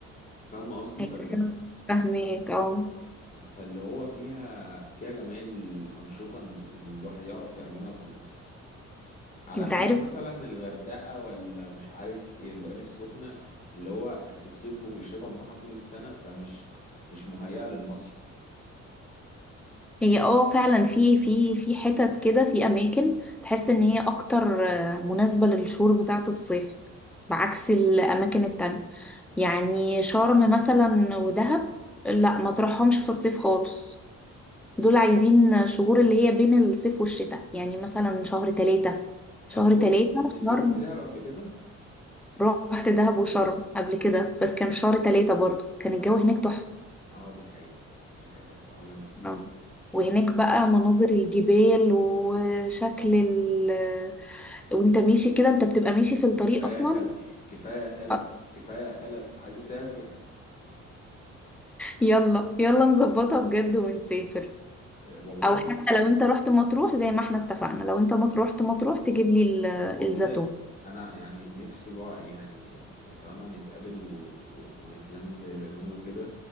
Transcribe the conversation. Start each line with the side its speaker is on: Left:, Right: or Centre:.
Left: فاهمة قصدي
Centre: هيبقى
Left: فاللي
Centre: فاهمك اه
Left: فاللي هو فيها فيها جميع الأنشطة اللي الواحد يعرف يعملها في المصيف على
Centre: انت
Left: خلاف
Centre: عارف
Left: مثلا الغردقة ولا مش عارف ايه العين السخنة اللي هو في الصيف وفي الشتاء متاحة طول السنة فمش مش مهيئة للمصيف
Centre: هي اه فعلا في في في حتت كده في أماكن تحس إن هي أكتر آه، مناسبة للشهور بتاعة الصيف بعكس الأماكن التانية يعني شرم مثلا ودهب لا ما تروحهمش في الصيف خالص دول عايزين شهور اللي هي بين الصيف والشتاء يعني مثلا شهر تلاتة شهر
Left: انت رحت
Centre: تلاتة
Left: انت
Centre: شرم
Left: رحت دهب قبل كده؟
Centre: رحت دهب وشرم قبل كده بس كان في شهر تلاتة برضو كان الجو
Left: اه
Centre: هناك
Left: اه
Centre: تحفة
Left: آه، دي حقيقة دي حقيقة فعلا ال...
Centre: آه. وهناك بقى مناظر الجبال وشكل ال وانت ماشي كده انت بتبقى ماشي في الطريق
Left: كفاية
Centre: اصلا
Left: خلف كفاية خلف
Centre: آه.
Left: كفاية خلف عايز اسافر
Centre: يلا يلا نظبطها بجد ونسافر
Left: آه، والله
Centre: او حتى لو انت رحت مطروح زي ما احنا اتفقنا لو انت مت- رحت مطروح تجيب لي ال-
Left: والله
Centre: الزيتون
Left: انا يعني نفسي بقى يعني فاهمه نتقابل و... و- ونتلم زي زمان وكده